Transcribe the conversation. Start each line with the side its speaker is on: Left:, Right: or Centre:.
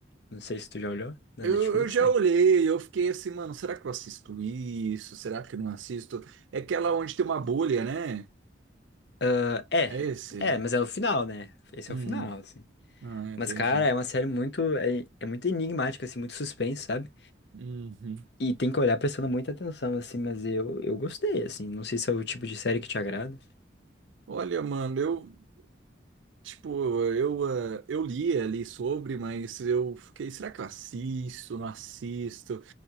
Left: Não sei se tu já olhou, na
Right: eu,
Left: Netflix
Right: eu já
Left: tem.
Right: olhei, eu fiquei assim, mano, será que eu assisto isso? Será que eu não assisto? É aquela onde tem uma bolha, né?
Left: Ah, é,
Right: É esse?
Left: é, mas é o final, né? Esse
Right: Hum,
Left: é o final, assim.
Right: ah,
Left: Mas,
Right: entendi.
Left: cara, é uma série muito, é, é muito enigmática, assim, muito suspense, sabe?
Right: Uhum.
Left: E tem que olhar prestando muita atenção, assim, mas eu, eu gostei, assim. Não sei se é o tipo de série que te agrada.
Right: Olha, mano, eu Tipo, eu, eh, eu li ali sobre, mas eu fiquei, será que eu assisto, não assisto?